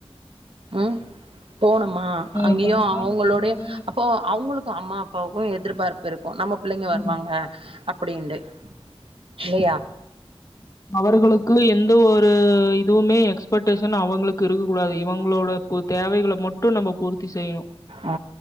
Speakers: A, on the right; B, on the left.
A: ம் போனமா
B: ஒரு
A: அங்கேயும்
B: படிக்காத
A: அவங்களோட
B: பெண் கூட
A: அப்போ அவுங்களுக்கு அம்மா க்கும் எதிர்பார்ப்பு இருக்கும் நம்ம பிள்ளைங்க வருவாங்க
B: இந்த
A: அப்படின்ட்டு இல்லையா
B: அவர்களுக்கு எந்த ஒரு இதுவுமே எக்ஸ்பெக்டேஷன் அவங்களுக்கு இருக்க கூடாது இவங்களோட உ தேவைகள மட்டும் நம்ம பூர்த்தி செய்யணும்
A: ஆ